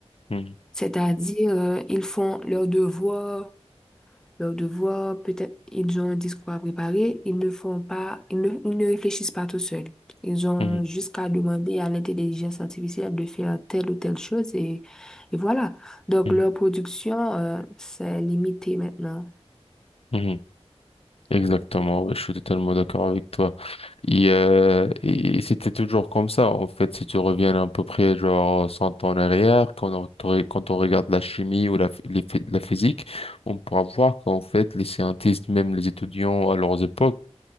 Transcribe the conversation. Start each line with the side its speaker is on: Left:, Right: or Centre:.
Left: mhm,
Centre: C'est-à-dire, euh, ils font leurs devoirs, leurs devoirs, peut-être ils ont un discours à préparer, ils ne font pas, ils ne, ils ne réfléchissent pas tout seuls. Ils ont
Left: mhm,
Centre: jusqu'à demander à l'intelligence artificielle de faire telle ou telle chose et, et voilà. Donc
Left: mhm,
Centre: leur production, euh, c'est limité maintenant.
Left: mhm. Exactement, ouais, je suis totalement d'accord avec toi. Et, euh, et- c'était toujours comme ça, en fait, si tu reviens à peu près genre 100 ans en arrière, quand on, re- quand on regarde la chimie ou la, phy- les phy- la physique, on pourra voir qu'en fait, les scientifiques, même les étudiants à leurs époques,